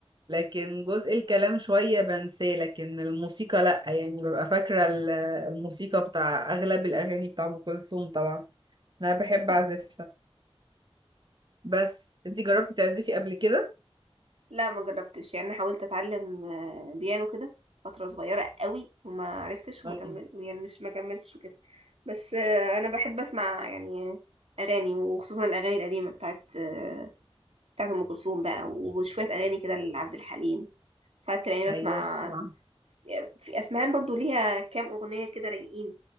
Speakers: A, on the right; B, on the right.
A: لكن جزء الكلام شوية بنساه لكن الموسيقى لا يعني ببقى فاكرة ال- الموسيقى بتاع اغلب الاغاني بتاع ام كلثوم طبعا انا بحب
B: أكيد.
A: اعزفها بس انتي جربتي تعزفي قبل كده؟
B: لا ما جربتش يعني حاولت اتعلم آه، بيانو كده فتره صغيره قوي وما عرفتش وما
A: أيوة
B: كمل يعني مش ما كملتش وكده بس آه، انا بحب اسمع يعني اغاني وخصوصا الاغاني القديمه بتاعت آه، بتاعت ام كلثوم بقى وشويه اغاني كده لعبد الحليم ساعات تلاقيني
A: ايوه
B: بسمع
A: طبعاً.
B: في اسمهان برضو ليها كام اغنيه كده رايقين